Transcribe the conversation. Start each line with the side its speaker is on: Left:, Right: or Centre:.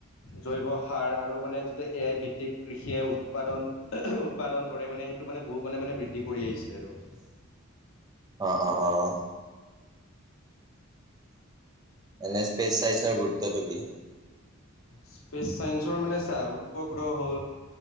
Left: জৈৱ সাৰ আৰু মানে যেতিয়া এ আই ভি প্ৰ কৃষিয়ে উৎপাদন উৎপাদন কৰে মানে সেইটো মানে বহুুণে মানে বৃদ্ধি কৰি আহিছে আৰু।
Right: অ' অ' অ' অ'। এনে স্পেচ চাইজৰ গুৰুত্বটো কি?
Left: স্পেচ চাইন্সৰ মানে চা, উপগ্ৰহ হ'ল,